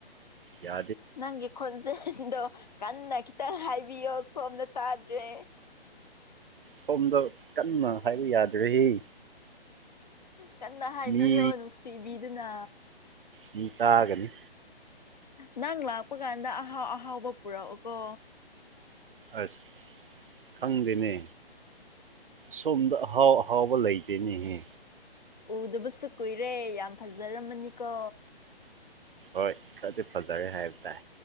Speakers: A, on the right; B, on the left.
A: ꯌꯥ
B: ꯅꯪꯒꯤ ꯈꯣꯟꯖꯦꯜꯗꯣ ꯀꯟꯅ ꯈꯤꯇꯪ ꯍꯥꯏꯕꯤꯌꯣ ꯁꯣꯝꯅ ꯇꯥꯗ꯭ꯔꯦ
A: ꯁꯣꯝꯗ ꯀꯟꯅ ꯍꯥꯏꯕ ꯌꯥꯗ꯭ꯔꯍꯤ
B: ꯀꯟꯅ ꯍꯥꯏꯕꯤꯌꯣ
A: ꯃꯤ
B: ꯅꯨꯡꯁꯤꯕꯤꯗꯨꯅ
A: ꯃꯤ ꯇꯥꯒꯅꯤ
B: ꯅꯪ ꯂꯥꯛꯄ ꯀꯥꯟꯗ ꯑꯍꯥꯎ ꯑꯍꯥꯎꯕ ꯄꯨꯔꯛꯑꯣꯀꯣ
A: ꯑꯁ ꯈꯪꯗꯦꯅꯦ ꯁꯣꯝꯗ ꯑꯍꯥꯎ ꯑꯍꯥꯎꯕ ꯂꯩꯇꯦꯅꯦꯍꯦ
B: ꯎꯗꯕꯁꯨ ꯀꯨꯏꯔꯦ ꯌꯥꯝ ꯐꯖꯔꯝꯃꯅꯤꯀꯣ
A: ꯍꯣꯏ ꯈꯔꯗꯤ ꯐꯖꯔꯦ ꯍꯥꯏꯕ ꯇꯥꯏ